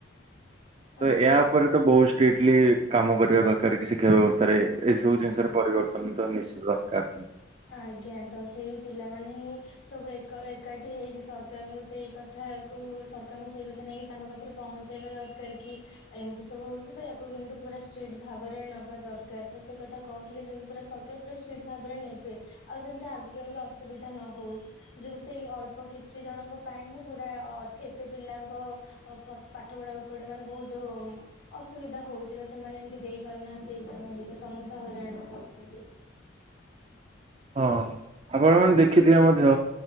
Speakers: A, on the right; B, on the left.
A: ତ
B: ଆଜ୍ଞା
A: ଏହା ଉପରେ ତ ବହୁତ ଷ୍ଟ୍ରିକଟଲି କାମ କରିବା ଦର କାରିକି ଶିକ୍ଷା ବ୍ୟବସ୍ଥାରେ ଏଇସବୁ ଜିନିଷ ର ପରିବର୍ତ୍ତନ ତ ନିଶ୍ଚିତ ଦରକାର।
B: ଆଜ୍ଞା ତ ସେଇ ପିଲାମାନେ ହିଁ ସବୁ ଏକ ଏକାଠି ସେଠି ହେଇକି ସରକାରଙ୍କୁ ସେଇ କଥାକୁ ସରକାରଙ୍କୁ ସେଇ କଥା ନେଇକି ତାଙ୍କ ପାଖରେ ପହଞ୍ଚାଇବା ଦରକାର କି? ଏମିତି ସବୁ ହଉଛି। ତ ୟାକୁ କେମିତି ପୁରା ଷ୍ଟ୍ରିଟ ଭାବରେ ନବା ଦରକାର ତ ସେ କଥା କହିଲେ ଯେମତି ପୁରା ସରକାର ପୁରା ଷ୍ଟେଟ୍ ଭାବରେ ନେବେ। ଆଉ ସେମିତି ଆଗକୁ ଏମିତି ଅସୁବିଧା ନ ହଉ। ଯଉ ସେଇ ଅଳ୍ପ କିଛି ଜଣଙ୍କ ପାଇଁ ହିଁ ପୁରା ଏତେ ପିଲାଙ୍କ ଆ ପାଠ ପଢା ଉପରେ ମାନେ ବହୁତ ଅସୁବିଧା ହଉଛି ତ ସେମାନେ ଏମିତି ଦେଇପାରୁନାହାନ୍ତି ଏାମ ହେରିକ ସମସେ ହଇରାଣରେ ପଡୁଛନ୍ତି।
A: ହଁ ଆପଣ ମାନେ ଦେଖିଥିବେ ମଧ୍ୟ